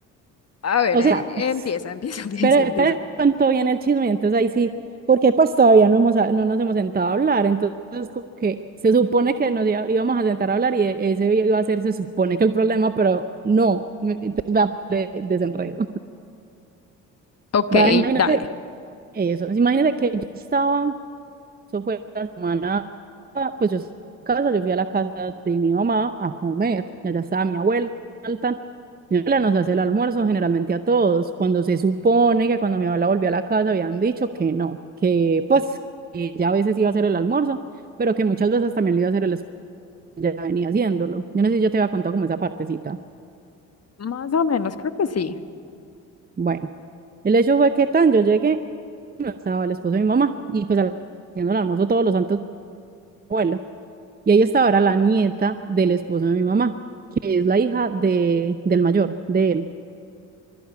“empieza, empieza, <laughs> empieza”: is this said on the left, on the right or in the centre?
Left